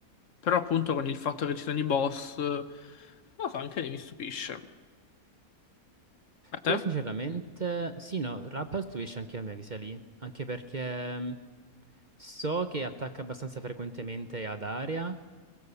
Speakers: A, on the left; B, on the right.
A: però appunto con il fatto che ci sono i boss, non lo so, anche lì mi stupisce. A
B: Io
A: te?
B: sinceramente, sì, no, Rapper stupisce anche a me che sia lì, anche perché mm, so che attacca abbastanza frequentemente ad area,